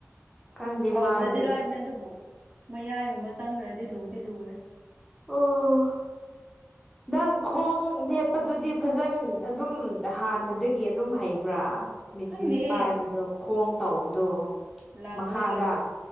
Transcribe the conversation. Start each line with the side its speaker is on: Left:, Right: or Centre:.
Centre: ꯈꯪꯗꯦ
Right: ꯍꯧꯕꯗꯗꯤ
Centre: ꯃꯥꯗꯤ
Right: ꯂꯥꯏꯕꯅꯦ ꯑꯗꯨꯕꯨ ꯃꯌꯥꯏꯒꯨꯝꯕ ꯆꯡꯒ꯭ꯔꯗꯤ ꯂꯨꯗꯤ ꯂꯨꯋꯦ꯫
Centre: ꯑꯣꯥ
Right: <unintelligible>
Centre: ꯅꯪ ꯈꯣꯡ ꯌꯦꯛꯄꯗꯨꯗꯤ ꯐꯖꯟ ꯑꯗꯨꯝ ꯍꯥꯟꯅꯗꯒꯤ ꯑꯗꯨꯝ ꯍꯩꯕ꯭ꯔꯥ꯫ ꯃꯦꯆꯤꯟ
Right: ꯈꯪꯗꯦꯍꯦ
Centre: ꯄꯥꯏꯕꯗꯣ ꯈꯣꯡ ꯇꯧꯕꯗꯣ
Right: ꯂꯥꯎꯕꯗꯒꯤ
Centre: ꯃꯈꯥꯗ